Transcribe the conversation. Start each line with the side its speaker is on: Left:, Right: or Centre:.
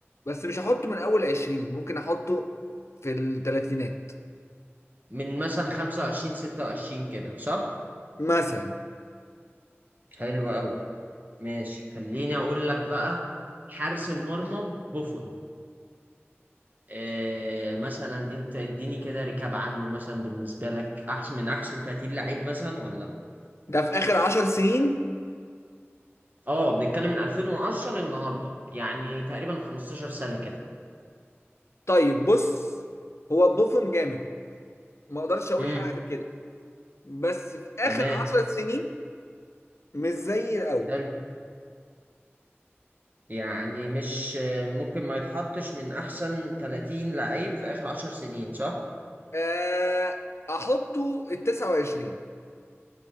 Left: بس مش هحطه من اول 20 ممكن احطه في الثلاثينات
Right: من مثلا 25 26 كده صح
Left: مثلا
Right: حلو قوي ماشي خليني اقول لك بقى حارس المرمى بوفون آه، مثلا انت اديني كده ركاب عنه مثلا بالنسبه لك احسن من احسن 30 لعيب مثلا ولا
Left: ده في اخر 10 سنين
Right: اه بنتكلم من 2010 للنهارده يعني تقريبا 15 سنه كده
Left: طيب بص هو بوفون جامد ما اقدرش اقول
Right: امم
Left: حاجه غير كده بس في اخر
Right: تمام
Left: 10 سنين مش زي الاول
Right: حلو يعني مش آه، ممكن ما يتحطش من احسن 30 لعيب في اخر 10 سنين صح
Left: آه، احطه ال 29